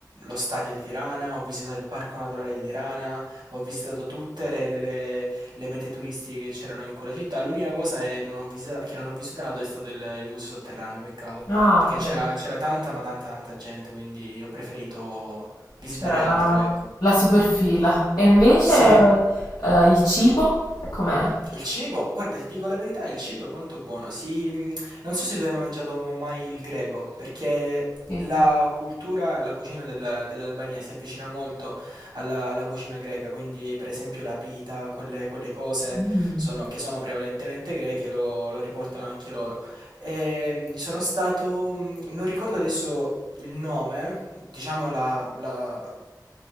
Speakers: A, on the right; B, on the left.
A: lo stadio di Tirana, ho visitato il parco naturale di Tirana, ho visitato tutte le, le- le- le mete turistiche che c'erano in quella città. L'unica cosa è non ho visita- che non ho visitato è stato il, il museo sotterraneo, peccato,
B: Ah,
A: perché
B: ok.
A: c'era c'era tanta, ma tanta, tanta gente, quindi ho preferito visitare
B: C'era la,
A: altro, ecco.
B: la superfila. E invece
A: Sì.
B: eh, il cibo com'è?
A: Il cibo, guarda, ti dico la verità, il cibo è molto buono. Si, mm, non so se tu hai mangiato mai il greco, perché
B: Sì.
A: la cultura, la cucina del- dell'Albania si avvicina molto alla, alla cucina greca, quindi per esempio la pita, quelle, quelle cose
B: Mm,
A: sono- che sono prevalentemente greche, lo, lo riportano anche loro. Ehm, sono stato, mhmm, non ricordo adesso il nome, diciamo la la